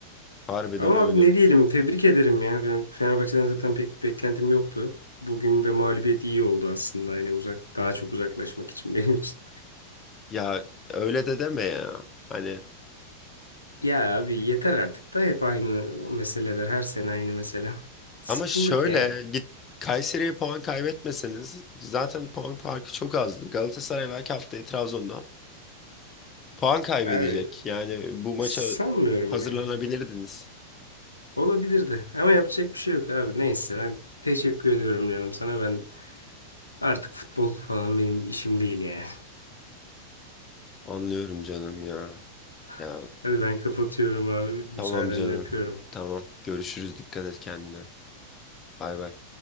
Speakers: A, on the left; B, on the left.
A: Harbiden
B: Ama
A: öyle.
B: abi ne diyelim tebrik ederim ya. Ben Fenerbahçe'den zaten pek beklentim yoktu. Bugün de mağlubiyet iyi oldu aslında. Yani uzak daha çok uzaklaşmak için <laughs> benim için.
A: Ya öyle de deme ya. Hani
B: Ya abi yeter artık da hep aynı o meseleler. Her sene aynı mesele. Sıkıldık
A: Ama şöyle
B: yani.
A: git Kayseri'ye puan kaybetmeseniz zaten puan farkı çok azdı. Galatasaray belki haftaya Trabzon'da puan kaybedecek.
B: Abi
A: Yani bu maça
B: sanmıyorum
A: hazırlanabilirdiniz.
B: ya. Olabilirdi ama yapacak bir şey yok abi. Neyse ben teşekkür ediyorum canım sana. Ben artık futbol falan benim işim değil yani.
A: Anlıyorum canım ya. Ya
B: <laughs> Hadi ben kapatıyorum abi. Müsaadenle
A: tamam canım.
B: öpüyorum.
A: Tamam. Görüşürüz. Dikkat et kendine. Bay bay.